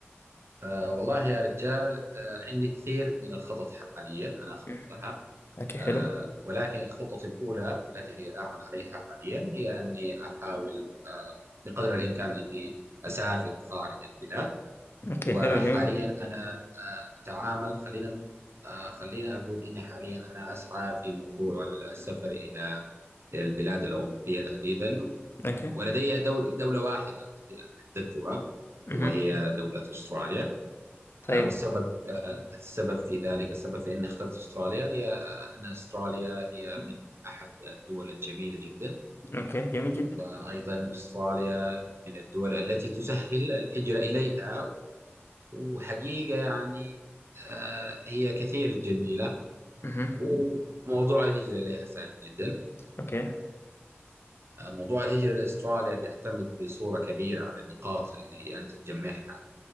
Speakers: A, on the right; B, on the left.
A: أه والله يا رجال أه عندي كثير من الخطط حاليا أنا أخطط
B: مم.
A: لها
B: أوكي
A: أه
B: حلو
A: ولكن خطتي الأولى التي أعمل عليها حاليا هي أني أحاول أه بقدر الإمكان أني أسافر خارج البلاد
B: أوكي
A: وحاليا
B: حلو جميل
A: أنا أه أتعامل خلينا أه خلينا أقول إني حاليا أنا أسعى في موضوع السفر إلى البلاد الأوروبية تحديدا
B: أوكي
A: ولدي دول دولة واحدة حددتها
B: مهم.
A: وهي دولة أستراليا
B: طيب
A: آه، والسبب آه، السبب في ذلك السبب في أني اخترت أستراليا هي آه، أن أستراليا هي من أحد الدول الجميلة جدا
B: أوكي جميل جدا
A: وأيضا أستراليا من الدول التي تسهل الهجرة إليها وحقيقة يعني آه، هي كثير جميلة
B: مهم.
A: وموضوع الهجرة إليها سهل جدا
B: أوكي
A: فموضوع الهجرة لأستراليا بيعتمد بصورة كبيرة على النقاط اللي أنت تجمعها